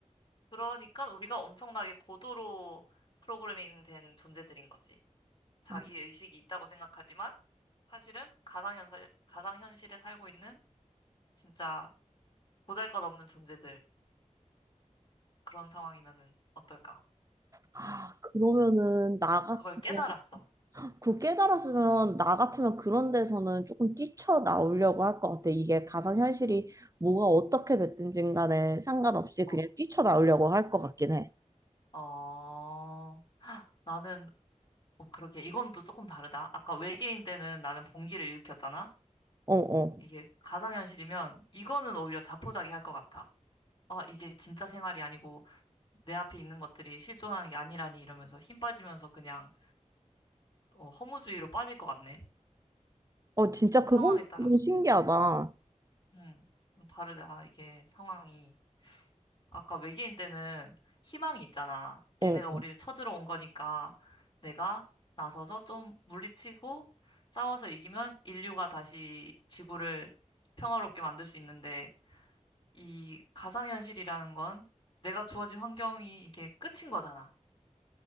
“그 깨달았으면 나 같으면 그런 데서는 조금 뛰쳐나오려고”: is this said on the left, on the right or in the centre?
Right